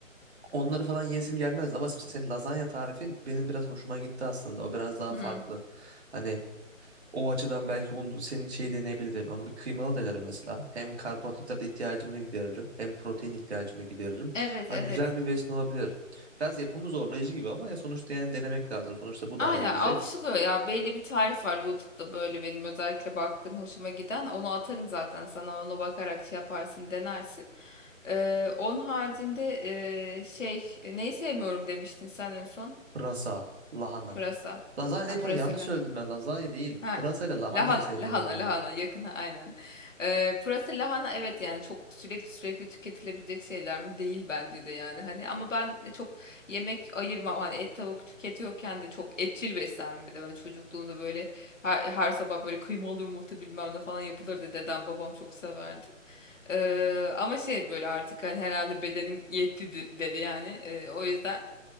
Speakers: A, on the right; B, on the left.
A: onları falan yesim gelmezdi ama mesela senin lazanya tarifin benim biraz hoşuma gitti aslında. O biraz daha
B: Hı.
A: farklı. Hani o açıdan belki onu, senin şeyi deneyebilirim. Onu bir kıymalı denerim mesela. Hem karbonhidrat ihtiyacımı gideririm, hem protein ihtiyacımı gideririm.
B: Evet
A: Ha,
B: evet.
A: güzel bir besin olabilir. Biraz yapımı zorlayıcı gibi ama ya sonuçta yani denemek lazım. Sonuçta bu
B: Aynen
A: da ayrı bir
B: alışılıyor
A: zevk.
B: ya. Belli bir tarif var YouTube'da böyle benim özellikle baktığım hoşuma giden. Onu atarım zaten sana ona bakarak şey yaparsın denersin. Ee, onun haricinde ee, şey neyi sevmiyorum demiştin sen en son?
A: Pırasa, lahana.
B: Pırasa.
A: Lazanya değil,
B: Ha, pırasalı.
A: pardon yanlış söyledim ben. Lazanya değil.
B: Ha,
A: Pırasa ile lahanayı
B: lahana,
A: sevmiyorum.
B: lahana, lahana yakın aynen. Ee, pırasa lahana evet yani çok sürekli sürekli tüketilebilecek şeyler mi? Değil bence de yani hani ama ben de çok yemek ayırmam hani et tavuk tüketiyorken de çok etçil beslendim bir de ben çocukluğumda böyle her, her sabah böyle kıymalı yumurta bilmem ne falan yapılırdı dedem babam çok severdi. Ee, ama şey böyle artık hani herhalde bedenim yetti de- dedi yani Ee, o yüzden